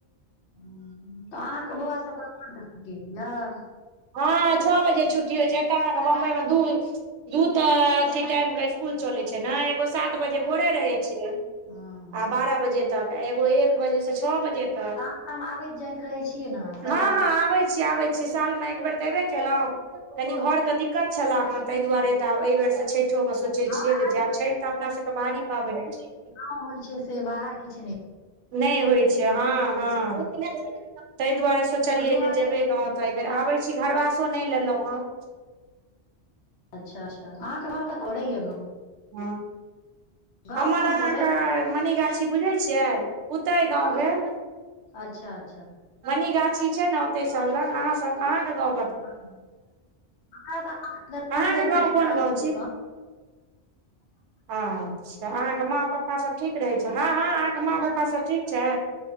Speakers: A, on the left; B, on the right.
A: हँ तऽ अहाँके बौआ सभके अखन तक छुट्टी नय भेल ये
B: हँ छौ बजे छुट्टी होइ छै एतऽ अहाँके बम्बई मे दूर दू तऽ अथी टाइम के स्कूल चलै छै ने एगो सात बजे भोरे रहै छै आ
A: हँ हँ
B: बारह बजे तक एगो एक बजे से छौ बजे तक
A: गाम ताम आबैत जाइत रहैत छियै नेआ हाँ सभ
B: हँ हँ आबै छी आबै छी साल मे एक बेर तऽ एबे केलहुं कनी घर के दिक्कत छले हेँ ताहि दुआरे तऽ आब एहि बेर छठि छठो मे सोचै
A: हँ
B: छियै
A: आयल
B: जे जाय छठ त अपना सब के री ‌‌ भारीपाबनि होइ छै
A: आब हो छै से बाहर के छलै
B: नहि होइ छै हँ हँ ताहि दुआरे सोचलियै
A: ओहि दुआरे
B: जे बै गाँव तऽ एहि बेर आबै छी घरवासो नहि लेलहुँ हन
A: अच्छा अच्छा अहाँके घर कते य गाँव
B: हँ
A: गाँव
B: हमर
A: कोन
B: अहाँके
A: पड़ै
B: मनीगाछी बुझैत छियै पुतैय
A: हँ
B: गाँव भेल
A: अच्छा अच्छा
B: मनीगाछी छै ने ओते सब लग अहाँ सब अहाँ के गाँंव
A: हँ त दरभंगेमे
B: अहाँके गाँव कोन
A: राजपुरस
B: गाँव आ अच्छा अहाँके माँ पप्पा सभ ठीक रहै छै हँ हँ अहाँके माँ पप्पा सभ ठीक छै